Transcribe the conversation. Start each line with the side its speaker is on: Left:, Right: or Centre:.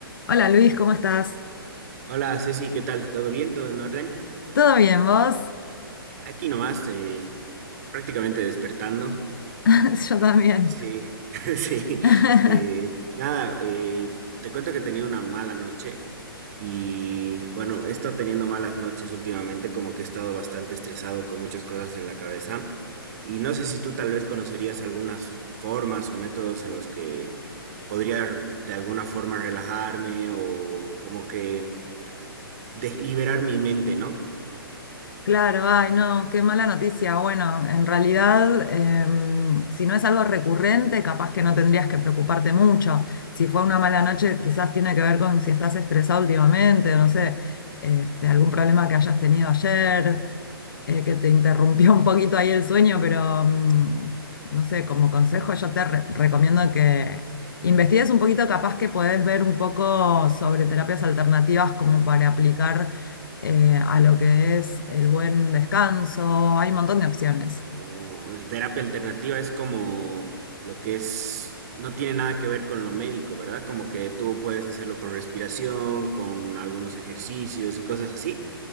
Left: Hola Luis, ¿cómo estás?
Right: Hola Ceci, ¿qué tal? ¿Todo bien? ¿Todo en orden?
Left: ¿Todo bien vos?
Right: Aquí nomás, eh, de- prácticamente despertando.
Left: <laughs> Yo también.
Right: Eh, sí, <laughs> sí.
Left: <laughs>
Right: eh, nada, eh, te cuento que he tenido una mala noche y bueno, he estado teniendo malas noches últimamente, como que he estado bastante estresado con muchas cosas en la cabeza y no sé si tú tal vez conocerías algunas formas o métodos en los que podría de alguna forma relajarme o como que de- liberar mi mente, ¿no?
Left: Claro, ay, no, qué mala noticia. Bueno, en realidad, em, si no es algo recurrente, capaz que no tendrías que preocuparte mucho. Si fue una mala noche, quizás tiene que ver con si estás estresado últimamente, no sé, este, algún problema que hayas tenido ayer, eh, que te interrumpió un poquito ahí el sueño, pero mm, no sé, como consejo yo te re- recomiendo que investigues un poquito, capaz que podés ver un poco sobre terapias alternativas como para aplicar eh, a lo que es el buen descanso. Hay un montón de opciones.
Right: Oh, el terapia alternativa es como lo que es, no tiene nada que ver con lo médico, ¿verdad? Como que tú puedes hacerlo con respiración, con algunos ejercicios y cosas así.